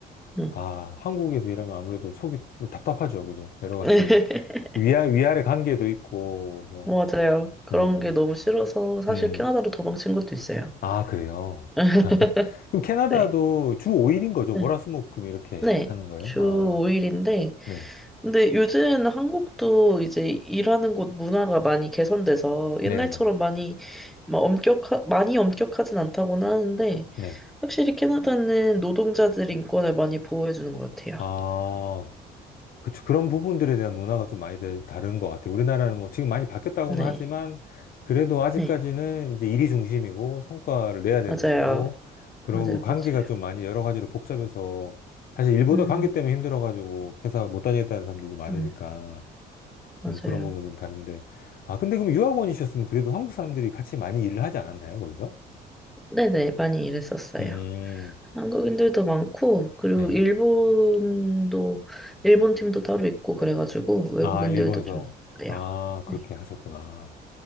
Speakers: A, in the centre; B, on the left.
A: 음.
B: 아, 한국에서 일하면 아무래도 속이 뭐 답답하죠. 그죠? 여러 가지
A: <laughs>
B: 이제 위아, 위아래 관계도 있고, 뭐,
A: 맞아요. 그런
B: 예,
A: 게 너무 싫어서 사실
B: 음,
A: 캐나다로 도망친 것도 있어요.
B: 아, 그래요.
A: <laughs>
B: <laughs> 그럼 캐나다도
A: 네.
B: 주 5일인 거죠?
A: 네.
B: 월화수목금 이렇게
A: 네.
B: 하는 거예요?
A: 주
B: 아,
A: 5일인데
B: 네.
A: 근데 요즘 한국도 이제 일하는 곳 문화가 많이 개선돼서 옛날처럼
B: 네네네.
A: 많이 막 엄격하, 많이 엄격하진 않다고는 하는데
B: 네.
A: 확실히 캐나다는 노동자들 인권을 많이 보호해주는 것 같아요.
B: 아, 그쵸. 그런 부분들에 대한 문화가 좀 많이 다- 다른 것 같아요. 우리나라는 뭐 지금 많이 바뀌었다고는
A: 네,
B: 하지만, 그래도 아직까지는
A: 네,
B: 이제 일이 중심이고, 성과를 내야 되는
A: 맞아요.
B: 거고, 그리고
A: 맞아요,
B: 관계가
A: 맞아요.
B: 좀 많이 여러 가지로 복잡해서, 사실 일보다
A: 음,
B: 관계 때문에 힘들어가지고 회사 못 다니겠다는 사람들도 많으니까.
A: 음,
B: 좀
A: 맞아요.
B: 그런 부분은 다른데. 아, 근데 그럼 유학원이셨으면 그래도 한국 사람들이 같이 많이 일을 하지 않았나요, 거기서?
A: 네네, 많이 일했었어요.
B: 음,
A: 한국인들도 많고, 그리고
B: 네.
A: 일본도, 일본 팀도 따로 있고, 그래가지고 외국인들도
B: 아, 일본에서.
A: 좀 있어요.
B: 아,
A: 네,
B: 그렇게 하셨구나.